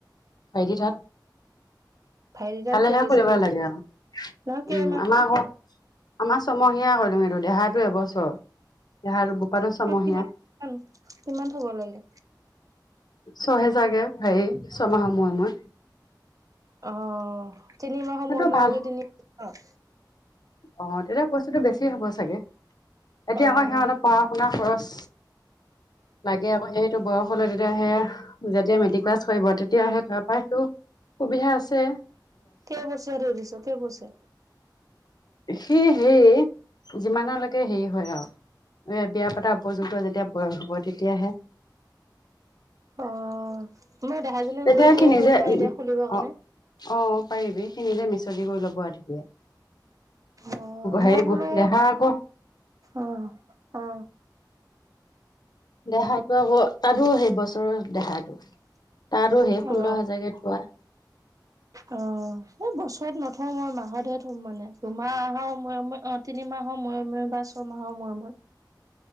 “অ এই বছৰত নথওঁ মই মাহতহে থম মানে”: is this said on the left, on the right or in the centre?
Right